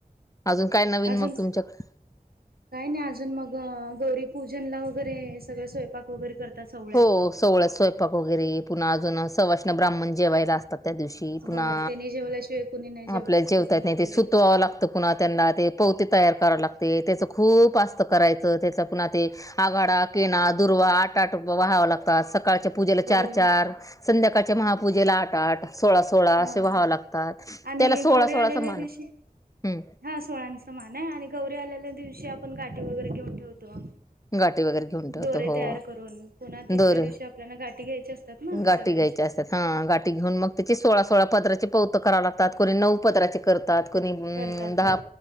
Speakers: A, on the left; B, on the right.
A: अजून काय नवीन
B: अजून
A: मग तुमच्याकडे.
B: काय नाही अजून मग गौरी पूजनला वगैरे सगळ स्वयंपाक वगैरे करतात.. सवळ्यात.
A: हो सोहळ्यात स्वयंपाक वगैरे पुन्हा अजून सवष्ण ब्राह्मण जेवायला असतात त्या दिवशी.
B: हो
A: पुन्हा...
B: त्यानी जेवल्याशिवाय कुणी नाही
A: आपल्याला जेवत
B: कुटुंबातील
A: नाही ते सुतवां
B: व्यक्ती.
A: लागत. पुन्हा त्यांना ते पवते तयार करावला लागते. त्याच खूप आस्त करायचं त्याच पुन्हा ते. आघाडा केना दुर्वा आठ आठ व्हाव लागतात सकाळच्या पूजेला
B: बरोबर
A: चार चार. संध्याकाळच्या महापूजेला आठ आठ सोळा सोळा
B: हा
A: असे व्हा लागतात
B: आणि
A: त्याला सोळा
B: गौरी
A: सोळा
B: आलेल्या
A: मान
B: दिवशी
A: आहे.
B: हा सोळ्यांचं मान आहे आणि गौरी आलेल्या दिवशी आपण गाठी वगैरे घेऊन ठेवतो.
A: गाठी वगैरे घेऊन ठेवतो
B: दोरे
A: हो
B: तयार करून पुन्हा तिसऱ्या
A: दोरे
B: दिवशी आपल्याला गाठी घ्यायची असतात ना
A: गाठी
B: सगळ्यांचे,
A: घ्यायच्या हा गाठी घेऊन मग त्याची सोळा सोळा पदराचे पवतं कराव लागतात को नऊ पदरााचे करत. कुणी
B: करतात
A: दहा
B: हो